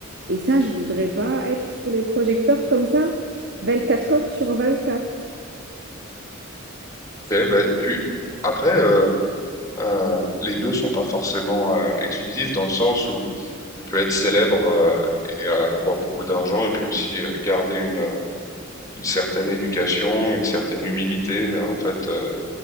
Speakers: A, on the right; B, on the left.
A: Et ça, je voudrais pas être sous les projecteurs comme ça, 24 heures sur 24.
B: Ok, ben, tu... Après, euh, euh, les deux sont pas forcément euh, exclusifs dans le sens où tu peux être célèbre euh, et euh, avoir beaucoup d'argent et puis aussi euh, garder une, euh, une certaine éducation, une certaine humilité. En fait, euh,